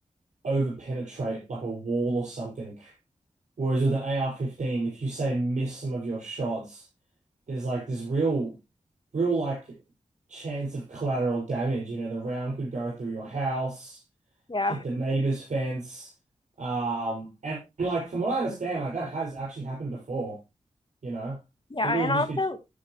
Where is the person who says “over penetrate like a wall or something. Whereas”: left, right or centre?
Right